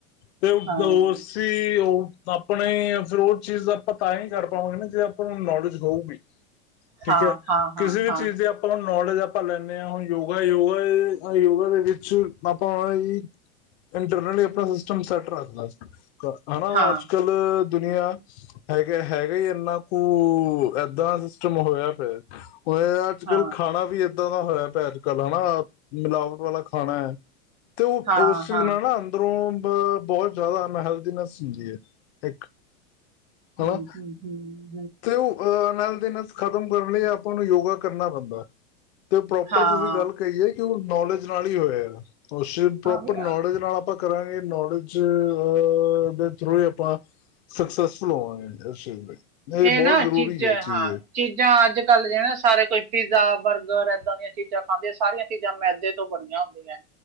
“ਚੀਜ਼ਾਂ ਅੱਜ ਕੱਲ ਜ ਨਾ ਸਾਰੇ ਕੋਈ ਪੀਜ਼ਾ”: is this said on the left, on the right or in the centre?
Right